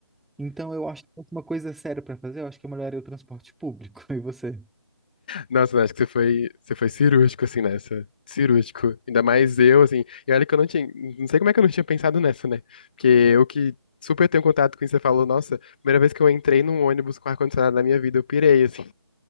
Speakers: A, in the centre; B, on the left.
A: Então, eu acho que se fosse uma coisa séria pra fazer, eu acho que é melhoraria o transporte público. <laughs> E você?
B: Nossa, acho que você foi, você foi cirúrgico, assim, nessa. Cirúrgico. Ainda mais eu, assim. E olha que eu não tinha. Não sei como é que eu não tinha pensado nessa, né? Porque eu que super tenho contato com isso, você falou, nossa, primeira vez que eu entrei num ônibus com ar-condicionado na minha vida, eu pirei, assim.